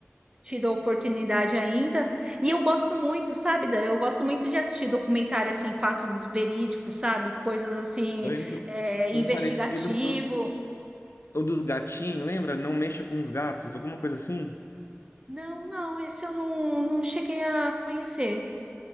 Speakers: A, on the right; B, on the left.
A: tido a oportunidade ainda. E eu gosto muito, sabe? Dan? Eu gosto muito de assistir documentário assim, fatos verídicos, sabe? Coisas assim,
B: Eu lembro.
A: é,
B: Um
A: investigativo.
B: parecido foi o o dos gatinhos, lembra? Não mexa com os gatos, alguma coisa assim?
A: Não, não, esse eu não, não cheguei a conhecer.